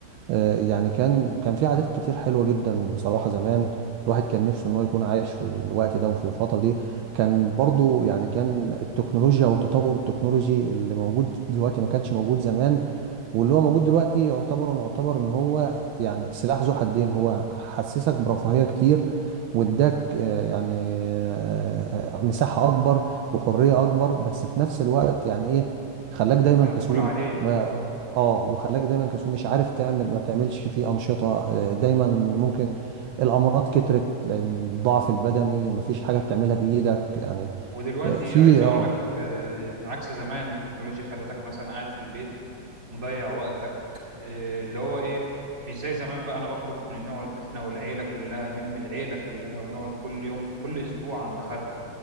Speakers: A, on the right (about 80°); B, on the right (about 40°).
A: آه، يعني كان كان في عادات كتير حلوة جدا بصراحة زمان الواحد كان نفسه ان هو يكون عايش في الوقت ده وفي الفترة دي كان برضو يعني كان التكنولوجيا والتطور التكنولوجي اللي موجود دلوقتي ما كانش موجود زمان واللي هو موجود دلوقتي يعتبر نعتبر ان هو يعني سلاح ذو حدين هو حسسك برفاهية كتير واداك آه، يعني آه، آه، مساحة اكبر وحرية اكبر بس في نفس الوقت يعني ايه خلاك دايما
B: مقفول
A: كسول
B: عليك
A: ما
B: اه
A: اه وخلاك دايما كسول مش عارف تعمل ما بتعملش فيه انشطة آه، دايما ممكن الامراض كترت لان الضعف البدني مفيش حاجة بتعملها بايدك يعني
B: ودلوقتي
A: آه، في
B: عايز اقول
A: اه
B: لك آه، عكس زمان التكنولوجيا خلتك مثلا قاعد في البيت مضيع وقتك آه، اللي هو ايه مش زي زمان بقى انا بخرج من نقعد احنا والعيلة كلها نلم العيلة كلها ونقعد كل يوم كل اسبوع عند حد